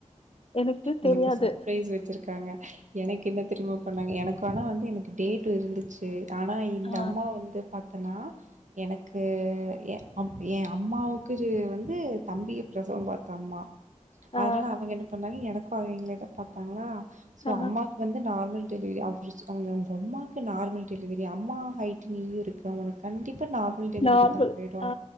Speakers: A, on the left; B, on the right.
A: எனக்கு
B: உனக்கு
A: தெரியாது.
B: சர்ப்ரைஸ் வச்சிருக்காங்க எனக்கு என்ன தெரியுமா பண்ணாங்க எனக்கு ஆனா வந்து எனக்கு டேட் இருந்துச்சு ஆனா இந்த
A: ஆ,
B: அம்மா வந்து பா த்தனா எனக்கு எ எ அம்மாவுக்கு வந்து தம்பிய பிரசவம் பாத்த அம்மா
A: ஆ,
B: அதனால அவங்க என்ன பண்ணாங்க எனக்கு அவங்களேதா பாத்தாங்களா சோ
A: ஆ
B: அம்மாக்கு வந் து நார்மல் டெலிவரி ஆயிருச்சு அவங்க உங்க அம்மாவுக்கு நார்மல் டெலிவரி அம்மா ஹைட் நீயு இருக் க உனக்கு கண்டிப்பா நார்மல் டெலிவரிதா
A: நார்மல்.
B: ஆயிடு
A: ஆ,